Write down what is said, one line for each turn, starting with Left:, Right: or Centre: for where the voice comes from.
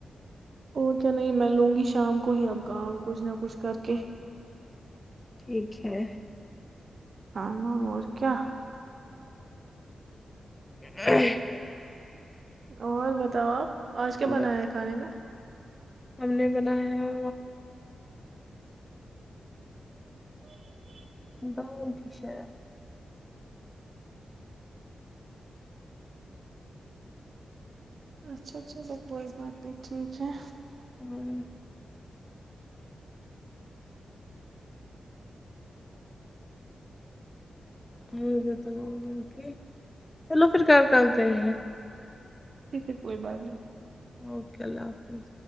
Right: اور کیا نہیں میں لوں گی شام کو ہی اب کام کچھ نہ کچھ کر کے
Left: ٹھیک ہے
Right: ہ اور کیا
Left: ا <inaudible>
Right: اور بتاؤ آپ آج کیا
Left: بس
Right: بنایا ہے کھانے میں
Left: ہم نے بنایا ہے
Right: او ج <inaudible>
Left: ہ ھ شاا <inaudible>
Right: اچھا چھل پوئی بات نہیں ٹھیک ہے
Left: ہوں ہو پ تو بکی چلو <inaudible> فکار کرتے ہیں
Right: ٹھیک ہے کوئی بات نہیں
Left: اوکے اللہ حافظ